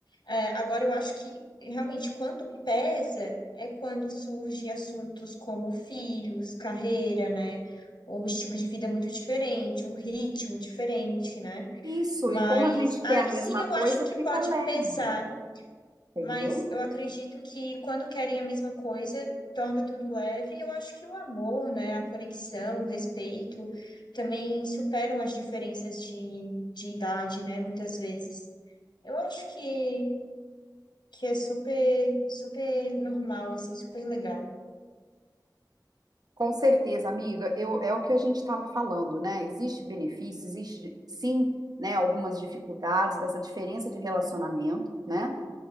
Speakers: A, on the left; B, on the right.
A: É, agora, eu acho que realmente quando pesa é quando surgem assuntos como filhos, carreira, né? Ou estilo de vida muito diferente, um ritmo diferente, né?
B: Isso,
A: Mas
B: e como a gente
A: aí
B: quer a mesma
A: sim eu
B: coisa,
A: acho que
B: fica
A: pode
B: leve,
A: pesar.
B: entendeu?
A: Mas eu acredito que quando querem a mesma coisa, torna tudo leve. Eu acho que o amor, né, a conexão, o respeito também superam as diferenças de, de idade, né, muitas vezes. Eu acho que, que é super, super normal, assim, super legal.
B: Com certeza, amiga, eu, é o que a gente estava falando, né? Existe benefício, existe sim, né, algumas dificuldades dessa diferença de relacionamento, né?